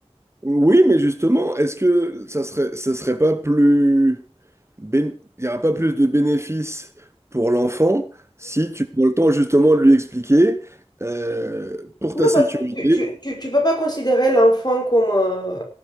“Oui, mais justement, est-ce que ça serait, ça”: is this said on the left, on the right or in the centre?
Right